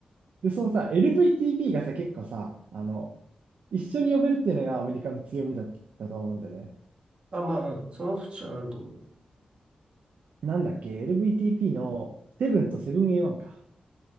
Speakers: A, on the right (about 85°); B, on the right (about 45°).
A: で、そのさ、LVTP がさ、結構さ、あの、一緒に呼べるっていうのがアメリカの強みだったと思うんだよね。
B: あ、まあ、うんその節はあると思う。
A: なんだっけ ?LVTP のセブンとセブン A1 か。